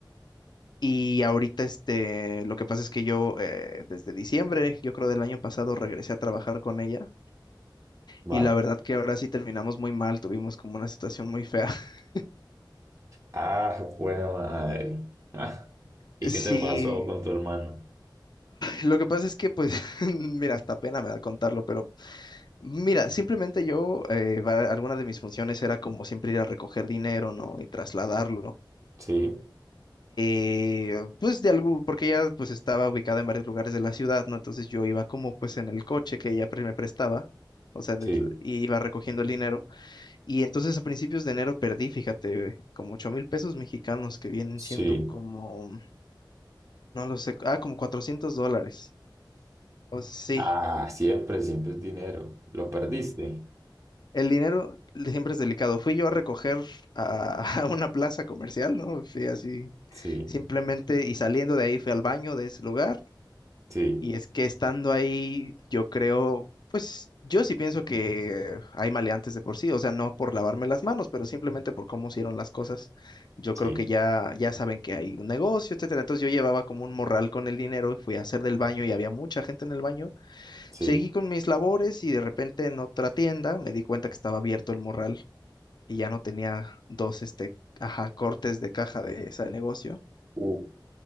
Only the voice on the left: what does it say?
Y ahorita, este, lo que pasa es que yo, eh, desde diciembre, yo creo del año pasado, regresé a trabajar con ella.
Y la verdad que ahora sí terminamos muy mal, tuvimos como una situación muy fea. <laughs>
Sí,
lo que pasa es que, pues, <laughs> mira, hasta pena me da contarlo, pero mira, simplemente yo, eh, va- alguna de mis funciones era como siempre ir a recoger dinero, ¿no? Y trasladarlo.
eh, pues de algo, porque ella pues estaba ubicada en varios lugares de la ciudad, ¿no? Entonces yo iba como pues en el coche que ella pre- me prestaba, o sea, del-
y iba recogiendo el dinero. Y entonces a principios de enero perdí, fíjate, como ocho mil pesos mexicanos que vienen
siendo como, no lo sé, ah, como 400 dólares. O sí.
El dinero siempre es delicado. Fui yo a recoger a, <laughs> a una plaza comercial, ¿no? Fui así,
simplemente, y saliendo de ahí fui al baño de ese lugar
Y es que estando ahí, yo creo, pues yo sí pienso que hay maleantes de por sí, o sea, no por lavarme las manos, pero simplemente por cómo hicieron las cosas. Yo
creo que ya, ya saben que hay un negocio, etcétera. Entonces yo llevaba como un morral con el dinero y fui a hacer del baño y había mucha gente en el baño.
Seguí con mis labores y de repente en otra tienda me di cuenta que estaba abierto el morral y ya no tenía dos, este, ajá, cortes de caja de ese negocio.